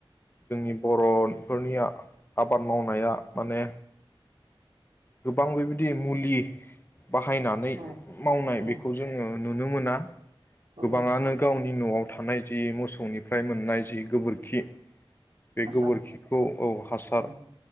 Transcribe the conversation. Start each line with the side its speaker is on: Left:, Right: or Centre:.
Left: जोंनि बर' फोरनिया आबाद मावनाया माने गोबां बेबायदि मुलि बाहायनानै
Right: औ
Left: मावनाय
Right: औ
Left: बेखौ जोङो नुनो मोना गोबाङानो
Right: औ
Left: गावनि नि न'आव थानाय जि मोसौनिफ्राय मोननाय जि गोबोरखि बे
Right: हासार
Left: गोबोरखिखौ औ हासार
Right: औ